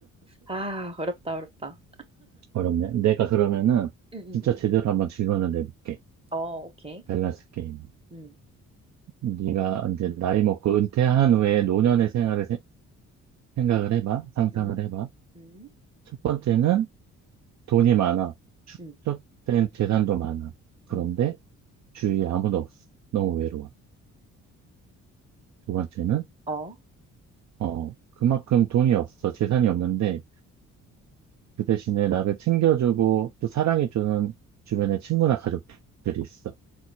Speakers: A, on the right; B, on the right.
A: 아 어렵다, 어렵다.
B: 어렵네. 내가 그러면은
A: 응, 응,
B: 진짜
A: 응.
B: 제대로 한번 질문을 내볼게.
A: 어 오케이.
B: 밸런스 게임.
A: 음.
B: 네가 이제 나이 먹고 은퇴한 후에 노년의 생활을 세- 생각을 해봐. 상상을
A: 음.
B: 해봐.
A: 음.
B: 첫 번째는 돈이 많아. 축적된
A: 음.
B: 재산도 많아. 그런데
A: 음.
B: 주위에 아무도 없어. 너무 외로워. 두 번째는,
A: 어.
B: 어, 그만큼 돈이 없어. 재산이 없는데, 그 대신에 나를 챙겨주고 또 사랑해주는 주변의 친구나 가족들이 있어.